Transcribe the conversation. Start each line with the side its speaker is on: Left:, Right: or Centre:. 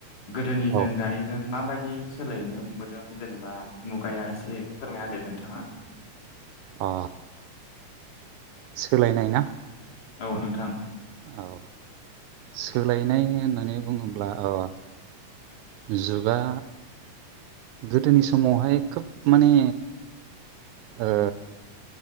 Left: गोदोनिजों
Right: औ
Left: दानिजों माबायदि सोलायहनो हमबोदों जेनेबा मुगाया एसे फोरमायना होदो‌ दे नोंथाङा
Right: अ सोलायनाय ना
Left: औ नोंथां
Right: औ सोलायनाय होननानै बुङोब्ला अ जुगा गोदोनि समावहाय खोब माने ओ